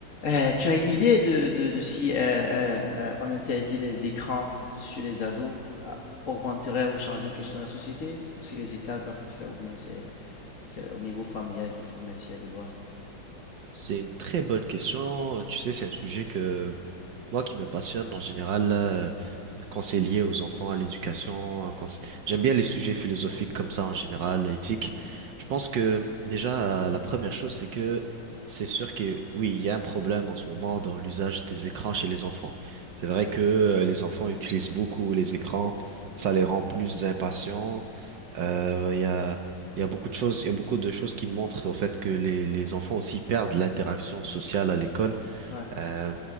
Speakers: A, on the left (about 45°); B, on the right (about 70°).
A: Euh, tu as une idée de, de- de si euh, euh, euh, on interdit les écrans chez les ados, ah, augmenterait ou changerait quelque chose dans la société? Ou si les États doivent le faire, ou bien c'est c'est au niveau familial qu'il faut mettre s'il y a de loi?
B: C'est une très bonne question. Euh, Tu sais, c'est un sujet que moi qui me passionne en général, là, euh, quand c'est lié aux enfants, à l'éducation, euh, quand c'est- j'aime bien les sujets philosophiques comme ça en général, éthique. Je pense que déjà, euh, la première chose, c'est que c'est sûr que oui, il y a un problème en ce moment dans l'usage des écrans chez les enfants. C'est vrai que euh, les enfants utilisent beaucoup les écrans, ça les rend plus impatients. Euh, Il y a, il y a beaucoup de choses, il y a beaucoup de choses qui montrent au fait que les, les enfants aussi perdent l'interaction sociale à l'école.
A: Ouais.
B: Euh,